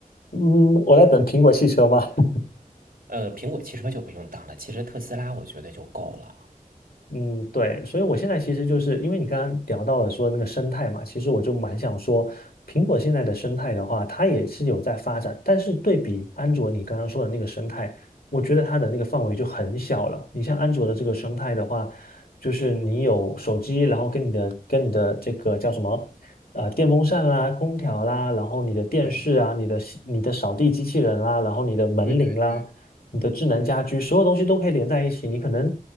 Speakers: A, on the left; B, on the right.
A: 嗯，我在等苹果汽车嘛，<laughs>
B: 呃，苹果汽车就不用当了，其实特斯拉我觉得就够了。
A: 嗯，对，所以我现在其实就是因为你刚刚聊到了说那个生态嘛，其实我就蛮想说，苹果现在的生态的话，它也是有在发展，但是对比安卓你刚刚说的那个生态，我觉得它的那个范围就很小了。你像安卓的这个生态的话，就是你有手机，然后跟你的跟你的这个叫什么，呃，电风扇啦、空调啦，然后你的电视啊、
B: 对
A: 你的你的扫地机器人啦，然后你的门铃啦。
B: 对对对，
A: 你的智能家居，所有东西都可以连在一起。你可能